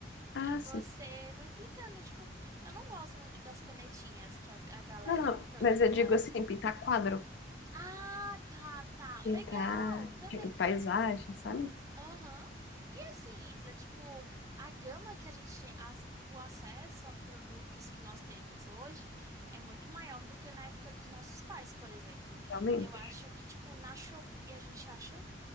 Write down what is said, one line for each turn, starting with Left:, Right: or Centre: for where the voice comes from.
Left: Ah,
Right: E
Left: sim.
Right: você vai pintando, tipo. Eu não gosto muito das canetinhas que as- a galera.
Left: Não, não,
Right: co-
Left: mas eu
Right: co-
Left: digo assim, pintar quadro.
Right: Ah, tá, tá. Legal,
Left: Pintar,
Right: também.
Left: tipo, paisagem, sabe?
Right: Aham. E assim, Isa, tipo, a gama que a gente tem, as- o acesso a produtos que nós temos hoje é muito maior do que na época dos nossos pais, por exemplo.
Left: Realmente.
Right: Eu acho que, tipo, na Shopee a gente acha